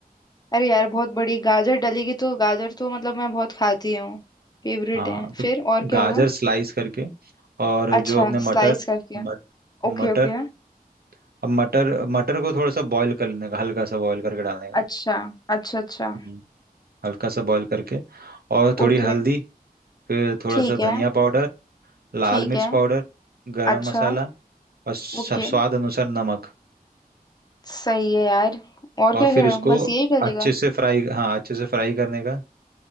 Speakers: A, on the left; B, on the right.
A: अरे यार बहुत बड़ी गाजर डलेगी तो गाजर तो मतलब मैं बहुत खाती हूँ फेवरेट
B: हाँ
A: है
B: तो
A: फिर और क्या
B: गाजर
A: होगा
B: स्लाइस करके और
A: अच्छा
B: जो अपने मटर
A: स्लाइस करके
B: मट, मटर
A: Okay okay
B: अब मटर मटर को थोड़ा सा बॉईल कर लेने का हल्का सा बॉईल करके डालने का
A: अच्छा अच्छा अच्छा
B: हम्म। हल्का सा बॉईल करके और थोड़ी
A: ओके
B: हल्दी फिर थोड़ा
A: ठीक
B: सा धनिया
A: है
B: पाउडर लाल
A: ठीक
B: मिर्च
A: है
B: पाउडर गरम
A: अच्छा
B: मसाला और स-
A: ओके
B: स्वाद अनुसार नमक
A: सही है यार और क्या
B: और फिर
A: कह रहे
B: उसको
A: हो बस यही चलेगा
B: अच्छे से फ्राई हाँ अच्छे से फ्राई करने का